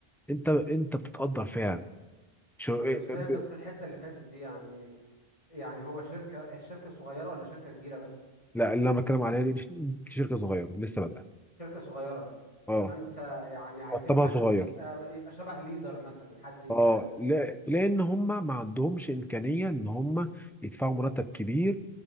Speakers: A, in the centre; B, on the left.
A: انت انت بتتقدر فعلا شو...
B: انا
A: إيه- إيه،
B: مش فاهم
A: ب-
B: بس الحتة اللي فاتت دي يعني يعني هو شركة الشركة صغيرة ولا شركة كبيرة بس
A: لا اللي انا بتكلم عليه دي دي شركه صغيره لسه بادئه
B: شركة صغيرة
A: اه
B: فانت يعني عايزين
A: مرتبها
B: حد
A: صغير
B: يبقى يبقى شبه ليدر مثلا حد يبقى
A: اه لا... لان هم ما عندهمش امكانيه ان هم يدفعوا مرتب كبير